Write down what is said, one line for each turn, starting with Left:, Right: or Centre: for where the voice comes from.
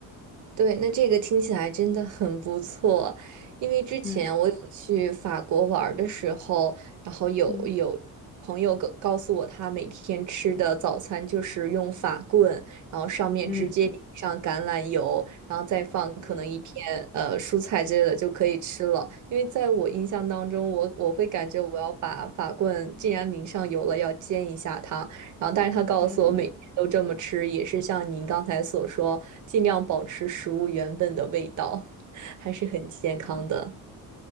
Right: 对，那这个听起来真的很不错，因为之前我有去法国玩儿的时候，
Left: 嗯
Right: 然后有有朋友告告诉我，
Left: 嗯
Right: 他每天吃的早餐就是用法棍，然后上面直接淋上橄榄油，
Left: 嗯
Right: 然后再放可能一片呃蔬菜之类的就可以吃了。
Left: 嗯
Right: 因为在我印象当中，我我会感觉我要把法棍既然淋上油了，要煎一下它，然后，但是他告诉我，
Left: 嗯
Right: 每天都这么吃，也是像您刚才所说，尽量保持食物原本的味道，还是很健康的。
Left: 嗯。